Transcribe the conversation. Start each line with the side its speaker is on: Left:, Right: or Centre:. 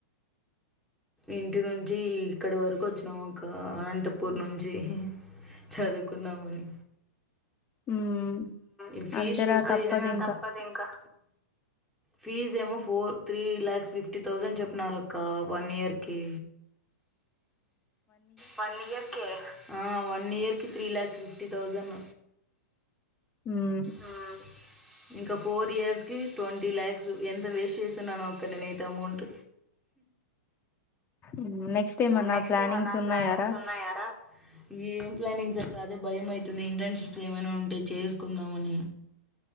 Centre: ఇంటి నుంచి ఇక్కడి వరకు వచ్చినాము ఒక అనంతపూర్ నుంచి చదువుకుందాము అని
Left: ఉమ్
Centre: ఈ ఫీజ
Left: అంతేరా
Centre: చూస్తే
Left: ఇంకా
Centre: తప్పదు ఇంకా ఫీజ్ ఏమో four three lakhs fifty thousand చెప్పినారూ అక్క వన్ ఇయర్కి కి వన్ ఇయర్ కి వన్ ఇయర్ కి త్రీ లక్స్ ఫిఫ్టీ థౌజండ్
Left: హ్మ్
Centre: ఆ ఇంకా ఫోర్ ఇయర్స్ కి ట్వంటీ లాక్స్ ఎంత వేస్ట్ చేస్తున్నానో అక్క నేనైతే అమౌంట్
Left: ఉమ్, నెక్స్ట్ ఏమన్నా
Centre: నెక్స్ట్
Left: ప్లానింగ్స్
Centre: ఏమైనా
Left: ఉన్నాయారా
Centre: ప్లానింగ్ ఉన్నాయా రా ఏం ప్లానింగ్స్ అక్క అదే భయం అయితుంది ఇంటర్న్షిప్స్ ఏమైనా ఉంటే చేసుకుందామని